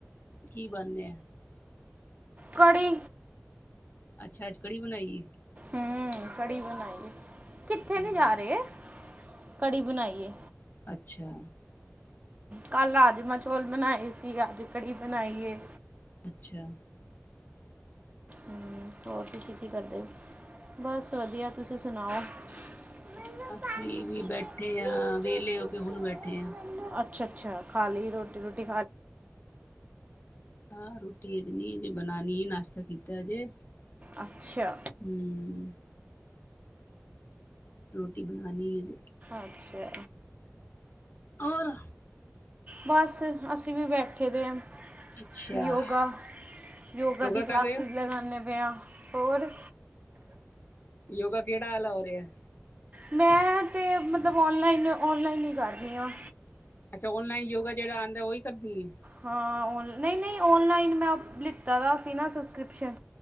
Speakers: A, on the left; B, on the right.
A: ਕੀ ਬਣ ਰਿਹਾ ਆ?
B: ਕੜੀ।
A: ਅੱਛਾ ਅੱਜ ਕੜੀ ਬਣਾਈ?
B: ਹਮ ਕੜੀ ਬਣਾਈ। ਕਿੱਥੇ
A: ਹਮ
B: ਨੀ ਜਾ ਰਹੇ। ਕੜੀ ਬਣਾਈ ਏ।
A: ਅੱਛਾ।
B: ਕੱਲ ਰਾਜਮਾਂ ਚੋਲ ਬਣਾਏ ਸੀ ਅਜ ਕੜੀ ਬਣਾਈ ਹੈ।
A: ਅੱਛਾ।
B: ਹਮ। ਹੋਰ ਤੁਸੀਂ ਕੀ ਕਰਦੇ ਹੋ? ਬਸ ਵਧੀਆ ਤੁਸੀਂ ਸੁਣਾਓ? ਮੈਨੂੰ
A: ਅਸੀਂ
B: ਪਾਣੀ
A: ਵੀ
B: ਪੀਣੇ
A: ਬੈਠੇ ਹਾਂ
B: ਨਿੰਜੂ
A: ਵਿਹਲੇ
B: ਟੁੱਕੇ
A: ਹੋ ਕੇ ਹੁਣ ਬੈਠੇ ਹਾਂ।
B: ਮੈਨੂੰ ਅੱਛਾ ਅੱਛਾ ਖਾ ਲਈ ਰੋਟੀ ਰੋਟੀ
A: ਹਾਂ ਰੋਟੀ ਅਜ ਨ ਅਜੇ ਬਣਾਉਣੀ ਨਾਸ਼ਤਾ ਕੀਤਾ ਅਜੇ। <unintelligible>
B: ਅੱਛਾ।
A: ਹਮ। ਰੋਟੀ ਬਣਾਣੀ ਅਜੇ
B: ਅੱਛਾ।
A: ਹੋਰ?
B: ਬਸ ਅਸੀਂ ਵੀ ਬੈਠੇ ਦੇ ਹਾਂ।
A: ਅੱਛਾ
B: ਯੋਗਾ ਯੋਗਾ ਦੀ ਕਲਾਸਿਸ
A: ਕਰ ਰਹੇ ਹੋ
B: ਲਗਾਉਣੇ ਪਏ ਹੋਰ?
A: ਯੋਗਾ ਕਿਹੜਾ ਵਾਲਾ ਹੋ ਰਿਹਾ?
B: ਮੈਂ ਤੇ ਮਤਲਬ ਔਨਲਾਈਨ ਔਨਲਾਈਨ ਹੀ ਕਰਦੀ ਹਾਂ।
A: ਅੱਛਾ ਓਨਲਾਈਨ ਯੋਗਾ ਜਿਹੜਾ ਆਉਂਦਾ ਉਹੀ ਕਰਦੀ ਹੈ?
B: ਹਾਂ ਔਨ- ਨਹੀਂ ਨਹੀਂ ਔਨਲਾਈਨ ਮੈਂ ਲਿੱਤਾ ਦਾ ਸੀ ਨਾ ਸਬਸਕ੍ਰਿਪਸ਼ਨ